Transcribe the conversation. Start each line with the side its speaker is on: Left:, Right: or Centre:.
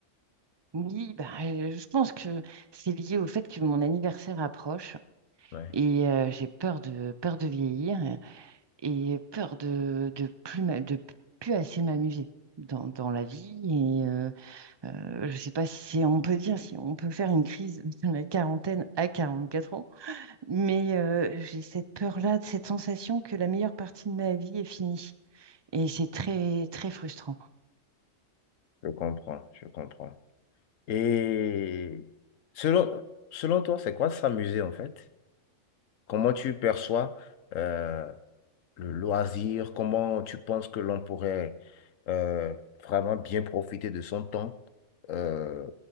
Right: Oui, bah, euh, je pense que c'est lié au fait que mon anniversaire approche
Left: Ouais,
Right: et euh, j'ai peur de peur de vieillir et peur de de plus m'a- de plus assez m'amuser dans, dans la vie et euh, euh, je sais pas si c'est- on peut dire si on peut faire une crise <laughs> de la quarantaine à quarante-quatre ans mais euh, j'ai cette peur-là, cette sensation que la meilleure partie de ma vie est finie et c'est très très frustrant.
Left: je comprends, je comprends. Et selon, selon toi, c'est quoi s'amuser en fait? Comment tu perçois euh, le loisir, comment tu penses que l'on pourrait euh, vraiment bien profiter de son temps euh,